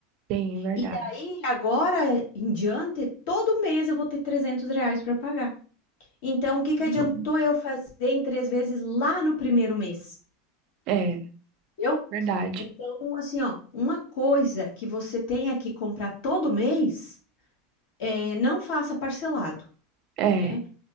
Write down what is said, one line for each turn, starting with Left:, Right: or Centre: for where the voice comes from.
Right: Sim, verdade.
Left: E daí, agora em diante, todo mês eu vou ter 300 reais para pagar. Então, o que que
Right: Uhum.
Left: adiantou eu fazer em três vezes lá no primeiro mês?
Right: É,
Left: Entendeu?
Right: verdade.
Left: Então, assim, ó, uma coisa que você tenha que comprar todo mês, é, não faça parcelado,
Right: É.
Left: né?